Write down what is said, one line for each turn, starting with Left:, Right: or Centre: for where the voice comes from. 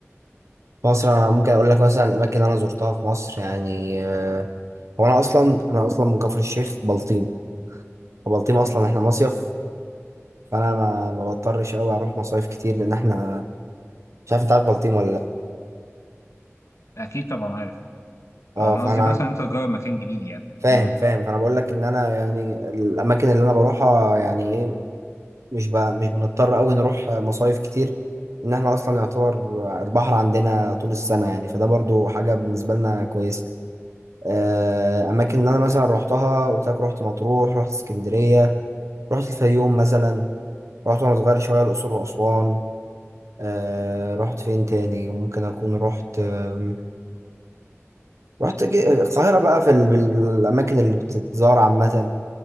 Right: في مصر انا ممكن اقول لك مثلا الاماكن اللي انا زرتها في مصر يعني آه، هو انا اصلا انا اصلا من كفر الشيخ بلطيم وبلطيم اصلا احنا مصيف فانا ما ما بضطرش قوي اروح مصايف كتير لان احنا مش عارف انت عارف بلطيم ولا لا
Left: اكيد طبعا عارف
Right: اه
Left: انا
Right: فانا
Left: قصدي مثلا
Right: عن-
Left: انت تجرب مكان جديد يعني
Right: فاهم
Left: مم.
Right: فاهم فانا بقول لك ان انا يعني الاماكن اللي انا بروحها يعني ايه مش ب... مش بنضطر قوي نروح مصايف كتير ان احنا اصلا يعتبر البحر عندنا طول السنة يعني فده برضو حاجة بالنسبة لنا كويسة آه، اماكن اللي انا مثلا روحتها قلت لك روحت مطروح روحت اسكندريه رحت الفيوم مثلا رحت وانا صغير شويه الاقصر واسوان آه رحت فين تاني ممكن اكون رحت آم، رحت ج- القاهره بقى في ال- الاماكن اللي بتتزار عامه